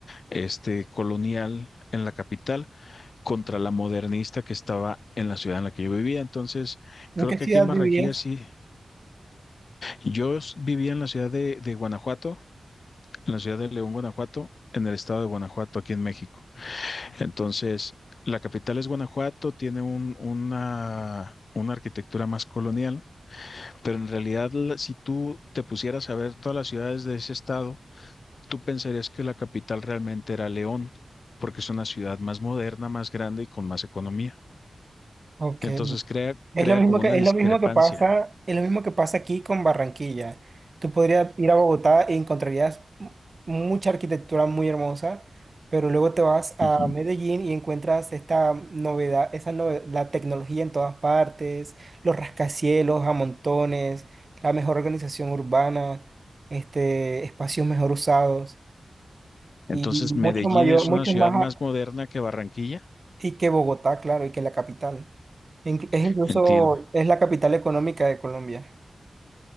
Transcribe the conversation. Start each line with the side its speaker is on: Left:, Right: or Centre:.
Left: este, colonial en la capital, contra la modernista que estaba en la ciudad en la que yo vivía. Entonces, creo
Right: ¿En qué
Left: que
Right: ciudad
Left: aquí en Barranquilla
Right: vivías?
Left: sí. Yo s- vivía en la ciudad de, de Guanajuato en la ciudad de León, Guanajuato, en el estado de Guanajuato, aquí en México. Entonces, la capital es Guanajuato, tiene un, una, una arquitectura más colonial, pero en realidad la- si tú te pusieras a ver todas las ciudades de ese estado, tú pensarías que la capital realmente era León, porque es una ciudad más moderna, más grande y con más economía.
Right: Ok.
Left: Entonces crea,
Right: Es
Left: crea
Right: lo mismo
Left: como
Right: que,
Left: una
Right: es
Left: discrepancia.
Right: lo mismo que pasa, es lo mismo que pasa aquí con Barranquilla. Tú podrías ir a Bogotá e encontrarías mu- mucha arquitectura muy hermosa, pero luego te vas a
Left: Ujú.
Right: Medellín y encuentras esta novedad, esa nove- la tecnología en todas partes, los rascacielos a montones, la mejor organización urbana, este, espacios mejor usados
Left: Entonces
Right: y mucho
Left: Medellín
Right: mayor,
Left: es
Right: mucho
Left: una ciudad
Right: más
Left: más
Right: a-
Left: moderna que Barranquilla,
Right: y que Bogotá, claro, y que la capital. Inclu- Es incluso,
Left: entiendo.
Right: es la capital económica de Colombia.